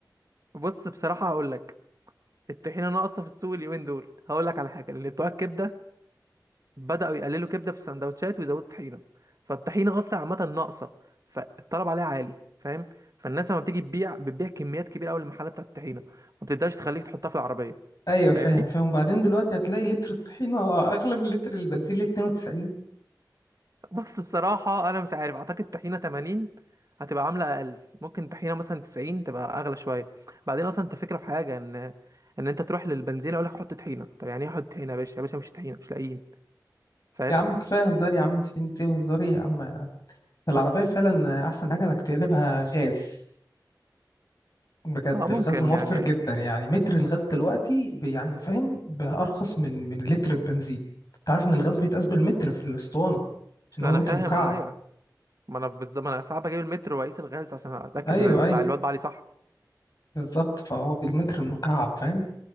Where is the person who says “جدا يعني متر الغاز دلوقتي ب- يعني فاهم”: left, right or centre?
Left